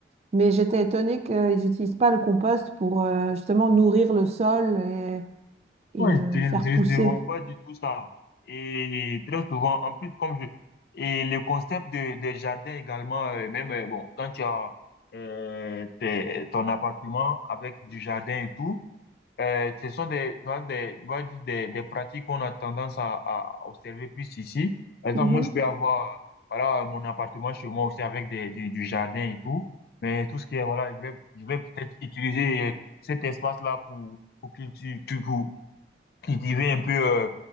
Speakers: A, on the right; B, on the left.
A: Mais j'étais étonnée qu'ils n'utilisent pas le compost pour euh, justement nourrir le sol et, et,
B: Non, ils
A: euh,
B: utilisent
A: faire
B: ils
A: pousser.
B: utilisent vraiment pas du tout ça. Et très souvent, en plus, comme je... Et le concept de, des jardins également, euh, même, euh, bon, quand tu as euh, tes- ton appartement avec du jardin et tout, Euh, ce sont des, on des, on va dire des, des pratiques qu'on a tendance à, à observer plus ici. Par exemple,
A: Mhm.
B: moi, je peux avoir, euh, voilà, mon appartement chez moi aussi avec des, des- du jardin et tout. Mais tout ce qui est, voilà, je vais, je vais peut-être utiliser euh, cet espace-là pour, pour cultiver, pour cultiver un peu, euh,